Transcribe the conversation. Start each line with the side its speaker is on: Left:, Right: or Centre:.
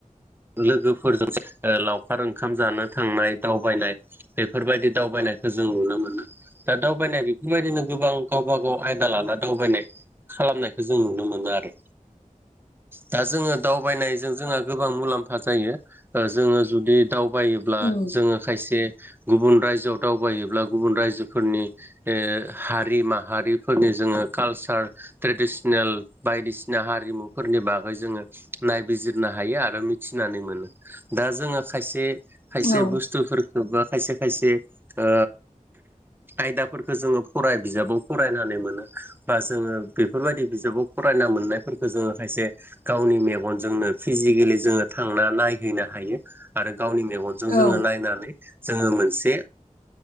Right: लोगोफोरजों लावखार ओंखाम जानो थांनाय दावबायनाय बेफोरबायदि दावबायनायखौ जों नुनो मोनो दा दावबायनाय बेफोरबायदिनो गोबां गावबा गाव आयदा लाना दावबायनाय खालामनाय जों नुनो मोनो आरो दा जोङो दावबायनायजों जोंहा गो गोबां मुलाम्फा जायो जोङो जुदि दावबायोब्ला
Left: उम
Right: जोङो खायसे गुबुन रायजोआव दावबायोब्ला गुबुन रायजोफोरनि ओ हारि माहारिफोरनि जोङो कालसार ट्रेडिसन नेल बायदिसिना हारिमुफोरनि बागै जोङो नायबिजिरनो हायो आरो मिथिनानै मोनो दा जोङो खायसे खायसे
Left: औ
Right: बुस्थु बा खायसे खायसे ओ आयदाफोरखौ जोङो फराय बिजाबाव फरायनानै मोनो बा जोङो बेफोरबायदि बिजाबाव फराय मोननायफोरखौ जोङो खायसे गावनि मेगनजोंनो फिजिकेलि जोङो थांना नाय नायहैनो हायो आरो गावनि मेगनजों जोङो
Left: औ
Right: नायनानै जोङो मोनसे